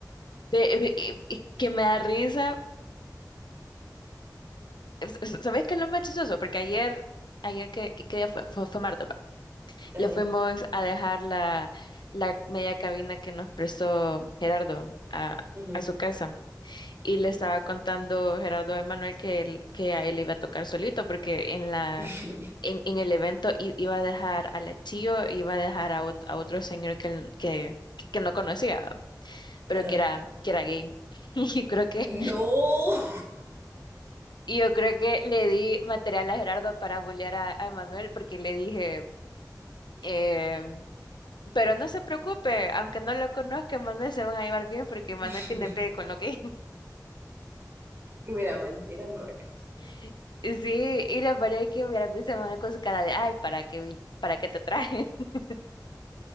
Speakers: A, on the left; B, on the right.
A: Ve- ve- y- y que me da risa s- ¿Sabes qué es lo más chistoso? Porque ayer, ayer que, que- qué día fue, fue, fue martes, va.
B: Ajá.
A: le fuimos a dejar la, la media cabina que nos prestó Gerardo a,
B: ujú,
A: a su casa. Y le estaba contando Gerardo a Manuel que, él- que a él le iba a tocar solito, porque en la,
B: <laughs>
A: en, en el evento i- iba a dejar a la Chio, iba a dejar a, ot- a otro señor que, él- que, que no conocía, pero
B: Ajá.
A: que era, que era gay. <laughs> Y creo que
B: No.
A: Y yo creo que le di material a Gerardo para bullear a, a Manuel porque le dije, eh, pero no se preocupe, aunque no lo conozca, Manuel se van a llevar bien porque Manuel
B: <laughs>
A: tiene pegue con lo que...
B: Y mira, mentira no es.
A: <laughs> Y Sí, y la pareja que hubiera visto a Manuel con su cara de, ay, ¿para qué, vin- para qué te traje? <laughs>